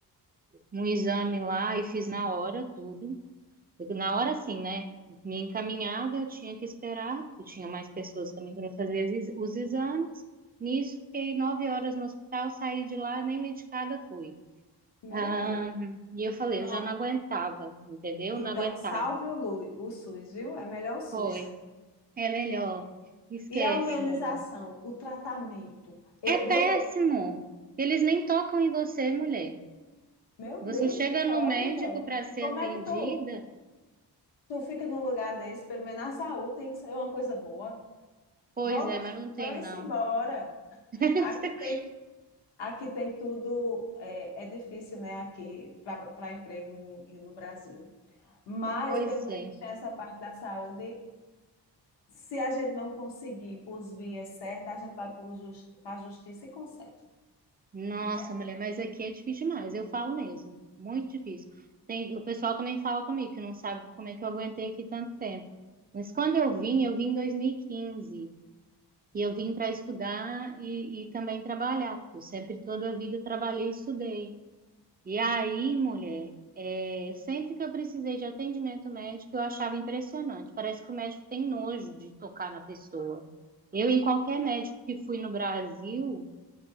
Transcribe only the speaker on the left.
Meu
Deus.
Então,
então
salve o, Lu- o SUS, viu? É melhor o SUS.
E a humanização,
o tratamento. E
você,
meu
Deus
do céu,
mulher.
Como
é que tu, tu fica num lugar desse? Pelo menos na saúde tem que ser uma coisa boa.
Volta,
vai-se
embora.
Aqui tem Aqui tem tudo, é, é difícil, né, aqui para emprego em- em- no Brasil. Mas,
pelo menos,
tem essa parte da saúde. Se a gente não conseguir por vias certas, a gente vai para a justiça e consegue,
né?